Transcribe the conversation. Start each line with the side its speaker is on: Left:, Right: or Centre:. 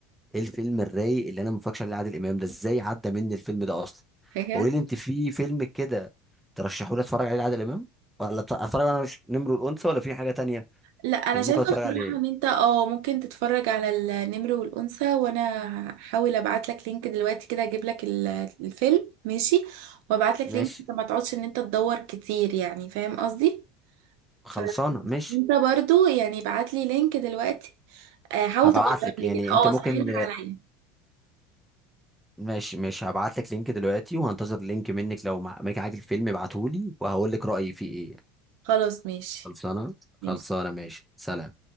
Centre: ايه الفيلم الرايق اللي انا ما اتفرجش عليه عادل امام ده ازاي عدى مني الفيلم ده اصلا
Right: حاجة
Centre: فقولي لي انت في فيلم كده ترشحوا لي اتفرج عليه عادل امام ولا أت- اتفرج وانا مش نمر الانثى ولا في حاجه تانية
Right: لا انا
Centre: يعني
Right: شايفة
Centre: ممكن اتفرج
Right: بصراحة
Centre: عليه
Right: ان انت اه ممكن تتفرج على النمر والانثى وانا هحاول ابعت لك لينك دلوقتي كده اجيب لك ال- الفيلم ماشي وابعت لك
Centre: ماشي
Right: لينك عشان ما تقعدش ان انت تدور كتير يعني فاهم قصدي فانت
Centre: خلصانه ماشي
Right: برضو يعني ابعت لي لينك دلوقتي آه، حاول
Centre: هبعت
Right: تدور
Centre: لك
Right: لي
Centre: يعني
Right: كده اه
Centre: انت ممكن
Right: سهلها عليا
Centre: ماشي ماشي هبعت لك لينك دلوقتي وهنتظر لينك منك لو مع- معاك الفيلم ابعته لي وهقول لك رايي فيه ايه
Right: خلاص ماشي
Centre: خلصانه
Right: ماشي
Centre: خلصانه ماشي سلام